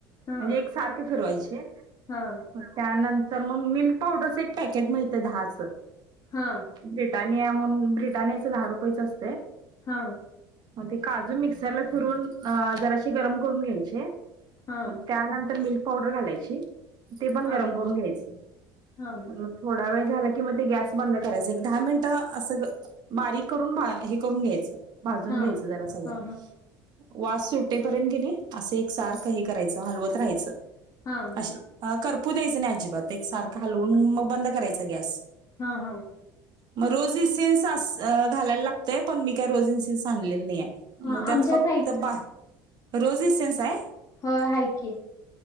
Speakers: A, on the left; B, on the right.
A: हा
B: म्हणजे एक सारखे फिरवायचे,
A: हा
B: त्यानंतर मग मिल्क पावडरच एक पॅकेट मिळतं दहाचं
A: हा
B: ब्रिटानिया म्हणून ब्रिटानियाच दहा रुपयेच असते
A: हा
B: मग ते काजू मिक्सरला फिरून जराशी गरम करून घ्यायचे
A: हा
B: मग त्यानंतर मिल्क पावडर घालायची ते पण
A: हा
B: गरम
A: हा
B: करून घ्यायचं
A: हा
B: थोडा वेळ झाला की मग ते गॅस बंद करायचं एक दहा मिनिटं असं बारीक करून हे करून घ्यायचं भाजून
A: हा
B: घ्यायचं जरा सगळं
A: हा
B: वास सुटेपर्यंत की नाही असं एक सारख हे करायचं हलवत राहायचं
A: हा
B: असे करपू द्यायचं नाही अजिबात एक सारखं हलवून मग बंद करायचा गॅस
A: हा हा
B: मग रोज इन सिन् घालायला लागतय पण मी काही रोज इन सिन्स आणलेली नाही आहे
A: हा
B: मग त्यात
A: आमच्याता
B: फक्त बा रोजी सनस आहे
A: होय आहे की